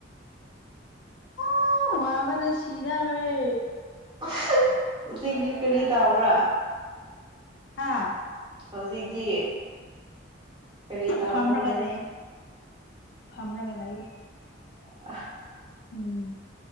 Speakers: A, on the left; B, on the right.
A: ꯑꯥ ꯋꯥꯕꯅ ꯁꯤꯗꯧꯔꯦ
B: <inaudible> ꯍꯧꯖꯤꯛꯕꯤ ꯀꯔꯤ ꯇꯥꯎꯕ꯭ꯔꯥ
A: ꯍꯥꯥ
B: ꯍꯧꯖꯤꯛꯇꯤ ꯀꯔꯤ ꯇꯧꯔꯣ
A: ꯐꯝꯔꯒ ꯂꯩ ꯐꯝꯔꯒ ꯂꯩꯌꯦ
B: <inaudible>
A: ꯎꯝ